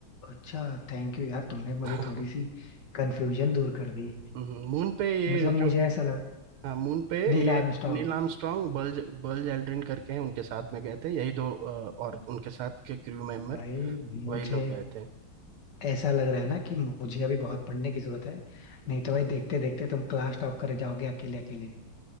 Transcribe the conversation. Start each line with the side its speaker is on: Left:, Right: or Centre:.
Left: अच्छा थैंक यू यार तुमने
Right: <laughs>
Left: मेरी थोड़ी सी कंफ्यूजन दूर कर दी
Right: हम्म, मून पे ये
Left: मतलब मुझे
Right: जो
Left: ऐसा लग
Right: हाँ मून पे
Left: नील
Right: ये
Left: आर्मस्ट्रांग
Right: Neil Armstrong Buzz Buzz Aldrin करके हैं उनके साथ में गए थे यही दो अ, और उनके साथ के क्रू मेंबर
Left: भाई मुझे
Right: वही लोग गए थे
Left: ऐसा लग रहा है ना कि मुझे अभी बहुत पढ़ने की जरूरत है नहीं तो भाई देखते देखते तुम क्लास टॉप कर जाओगे अकेले अकेले